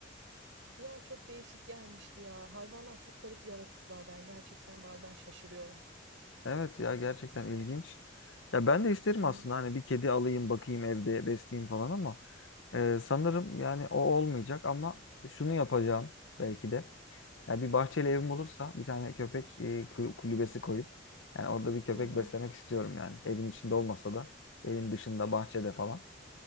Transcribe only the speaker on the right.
Ya çok değişik gelmişti ya. Hayvanlar çok garip yaratıklar. Ben gerçekten bazen şaşırıyorum.
Hı hı.
Hı hı.